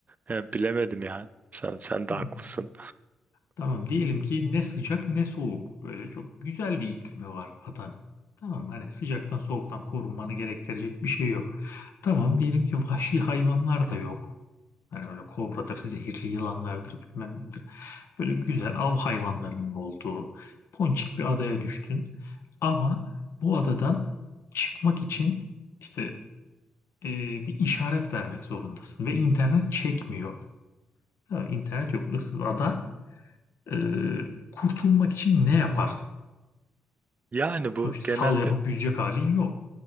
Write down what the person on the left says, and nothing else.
Hı.
Tamam diyelim ki ne sıcak ne soğuk. Böyle çok güzel bir iklimi var adanın. Tamam hani sıcaktan soğuktan korunmanı gerektirecek bir şey yok. Tamam diyelim ki vahşi hayvanlar da yok. Hani öyle kobradır, zehirli yılanlardır bilmem nedir. Böyle güzel av hayvanlarının olduğu ponçik bir adaya düştün. Ama bu adadan çıkmak için işte e, bir işaret vermek zorundasın ve internet çekmiyor. Tamam, internet yok, ıssız ada. E, kurtulmak için ne yaparsın?
Sonuçta
sal yapıp yüzecek halin yok.